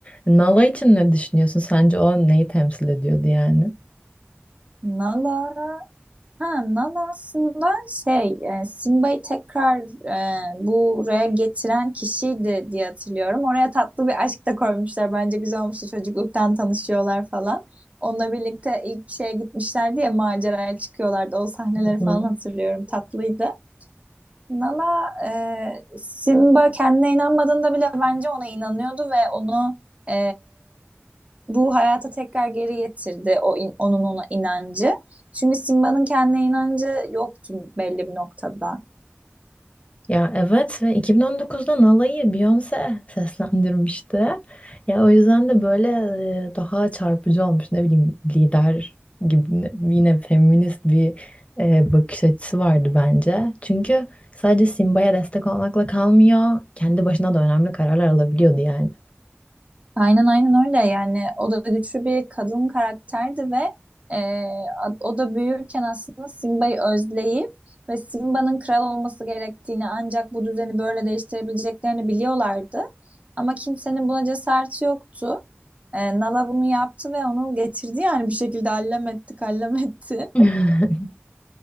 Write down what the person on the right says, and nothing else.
Nala. Ha Nala aslında şey e, Simba'yı tekrar e, buraya getiren kişiydi diye hatırlıyorum. Oraya tatlı bir aşk da koymuşlar. Bence güzel olmuştu çocukluktan tanışıyorlar falan. Onunla birlikte ilk şeye gitmişlerdi ya maceraya çıkıyorlardı. O sahneleri
falan
hatırlıyorum. Tatlıydı. Nala e, Simba kendine inanmadığında bile bence ona inanıyordu ve onu e, bu hayata tekrar geri getirdi o in- onun ona inancı. Çünkü Simba'nın kendine inancı yoktu belli bir noktada.
Aynen aynen öyle yani o da güçlü bir kadın karakterdi ve e, a- o da büyürken aslında Simba'yı özleyip ve Simba'nın kral olması gerektiğini ancak bu düzeni böyle değiştirebileceklerini biliyorlardı. Ama kimsenin buna cesareti yoktu. E, Nala bunu yaptı ve onu getirdi yani bir şekilde allem etti kallem etti.